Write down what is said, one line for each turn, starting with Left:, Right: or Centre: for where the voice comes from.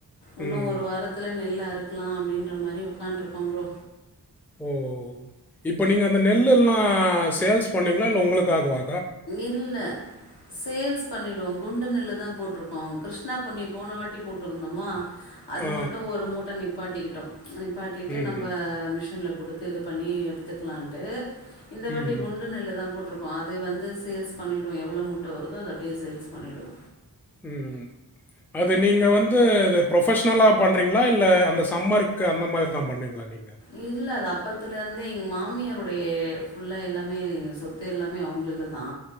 Left: இன்னு
Centre: ம்
Left: ஒரு வாரத்துல நெல் அறுக்கலா அப்படின்ற மாரி உட்காண்ட்ருக்கோ ப்ரோ
Centre: ஓ இப்ப நீங்க அந்த நெல்ல எல்லா சேல்ஸ் பண்ணுவீங்களா இல்ல உங்களுக்காக வா
Left: இல்ல சேல்ஸ் பண்ணிடுவோ குண்டு நெல்லு தா போட்ருக்கோ கிருஷ்ணா பொண்ணி போன வாட்டி போட்ருந்தோமா அது
Centre: ஆ
Left: மட்டு ஒரு மூட்ட நிப் நிப்பாட்டிக்கிட்டோ நிப்பாட்டிட்டு
Centre: ம்
Left: நம்ப
Centre: ம்
Left: மிஷின்ல குடுத்து இது பண்ணி எடுத்துக்கலான்ட்டு இந்த வாட்டி
Centre: ம்
Left: குண்டு நெல்லு தா போட்ருக்கோ அது வந்து சேல்ஸ் பண்ணிடுவோ எவ்ளோ மூட்ட வருதோ அத அப்டியே சேல்ஸ் பண்ணிடுவோ
Centre: ம் அது நீங்க வந்து அது ப்ரொபஷனலா பண்றிங்களா இல்ல அந்த சம்மர்கு அந்த மாரி தா பண்றீங்களா நீங்
Left: இல்ல அத அப் அப்போத்துலேந்தே எங்க மாமியாருடைய ஃபுல்லா எல்லாமே சொத்து எல்லாமே அவங்கள்துதா